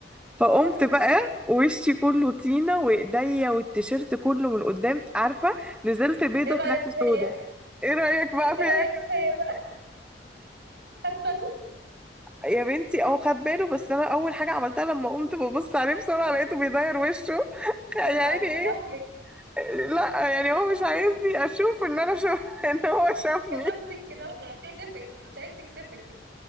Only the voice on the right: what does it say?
فرق
اسود
ايه رايك
فيا
ايه
رايك فيا بقى خد باله
يا
اتكسفلك
اتكسفلك كده مش عايز يكسفك مش عايز يكسفك